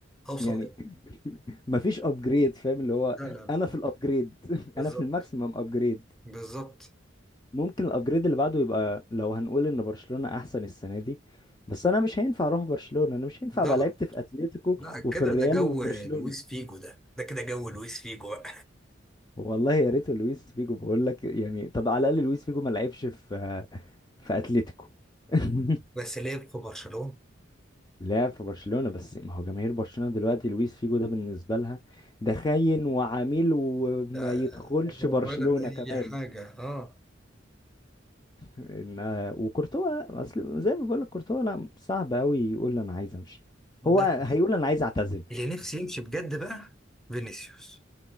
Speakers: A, in the centre; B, on the left.
A: هوصل
B: يعني
A: لإيه
B: مفيش ابجريد فاهم اللي هو
A: لا لا لا
B: انا في الابجريد <laughs>
A: بالظبط
B: انا في الماكسيمم ابجريد
A: بالظبط
B: ممكن الابجريد اللي بعده يبقى لو هنقول ان برشلونة احسن السنة دي بس انا مش هينفع اروح برشلونة انا مش هينفع
A: ده
B: ابقى لعبت في اتلتيكو
A: لا كده
B: وفي الريال
A: ده جو
B: وفي برشلونة
A: لويس فيجو ده ده كده جو لويس فيجو بقى
B: والله يا ريت لويس فيجو بقول لك يعني طب على الاقل لويس فيجو ما لعبش في في اتلتيكو <laughs>
A: بس لعب في برشلونة
B: لعب في برشلونة بس ما هو جماهير برشلونة دلوقتي لويس فيجو ده بالنسبة لها ده خاين وعميل وما
A: ده
B: يدخلش
A: هو
B: برشلونة
A: ولا أي
B: كمان
A: حاجة اه
B: ان آه، وكورتوا اصل زي ما بقول لك كورتوا لا صعب قوي يقول انا عايز امشي
A: ده
B: هو هيقول
A: حقيقي.
B: انا عايز اعتزل
A: اللي نفسي يمشي بجد بقى فينيسيوس